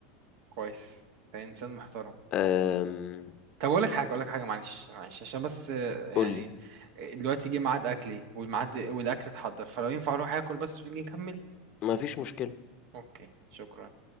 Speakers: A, on the right; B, on the left.
A: كويس ده انسان محترم
B: أم...
A: طب اقول لك حاجة اقول لك حاجة معلش معلش عشان بس آه، يعني
B: قول لي
A: آه، دلوقتي جه ميعاد اكلي والميعاد والاكل اتحضر فلو ينفع اروح اكل بس ونيجي نكمل
B: ما فيش مشكلة
A: اوكي شكرا